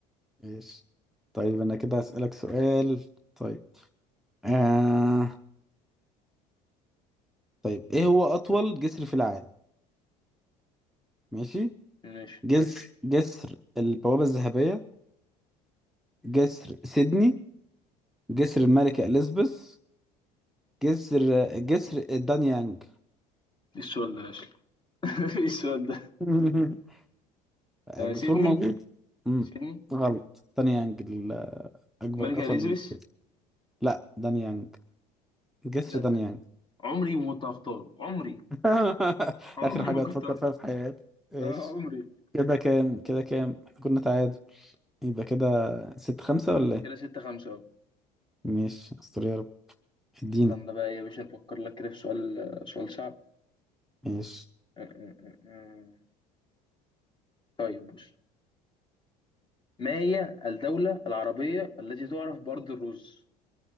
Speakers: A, in the centre; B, on the left.
A: ماشي طيب انا كده هسألك سؤال طيب آه طيب ايه هو اطول جسر في العالم ماشي
B: ماشي
A: جسر جسر البوابة الذهبية جسر سيدني جسر الملكة اليزابيث جسر جسر دانيانج
B: ايه السؤال ده يا أخي؟ <laughs> ايه السؤال ده
A: <laughs>
B: آه سيدني
A: جسور موجود امم
B: سيدني
A: غلط دانيانج الاكبر
B: الملكة
A: اطول
B: إليزابيث
A: لا دانيانج جسر
B: ده
A: دانيانج
B: ده عمري ما كنت هختاره عمري
A: <laughs>
B: عمري
A: اخر حاجة
B: ما كنت
A: هتفكر
B: هختاره
A: فيها في حياتك
B: <laughs>
A: ايش
B: آه عمري
A: كده كام كده كام احنا كنا تعادل يبقى كده ست خمسة ولا ايه؟
B: كده ستة خمسة أهو
A: ماشي استوري عربي اديني
B: استنى بقى إيه يا باشا نفكر لك كده في سؤال آه، سؤال صعب
A: ماشي
B: آه، آه، آه، آه. طيب بص ما هي الدولة العربية التي تعرف بأرض الرز